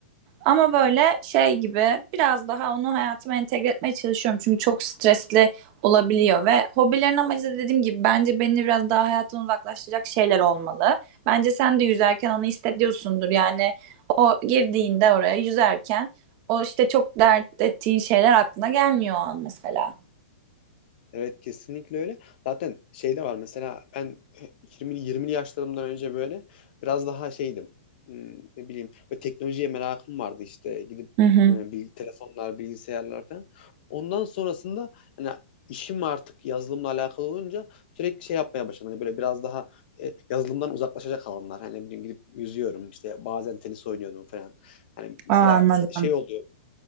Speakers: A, on the right; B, on the left.
A: Ama böyle şey gibi biraz daha onu hayatıma entegre etmeye çalışıyorum. Çünkü çok stresli olabiliyor ve hobilerin amacı da dediğim gibi bence beni biraz daha hayattan uzaklaştıracak şeyler olmalı. Bence sen de yüzerken onu hissediyorsundur. Yani o girdiğinde oraya yüzerken o işte çok dert ettiğin şeyler aklına gelmiyor o an mesela.
B: Evet kesinlikle öyle. Zaten şey de var mesela ben 20 20'li yaşlarımdan önce böyle biraz daha şeydim. Hmm, Ne bileyim böyle teknolojiye merakım vardı işte gidip
A: Hı hı.
B: e, bil- telefonlar, bilgisayarlar falan. Ondan sonrasında hani işim artık yazılımla alakalı olunca sürekli şey yapmaya başladım. Hani böyle biraz daha e, yazılımdan uzaklaşacak alanlar. Hani ne bileyim gidip yüzüyorum işte bazen tenis oynuyordum falan. Hani mesela
A: Aa, anladım.
B: şey oluyor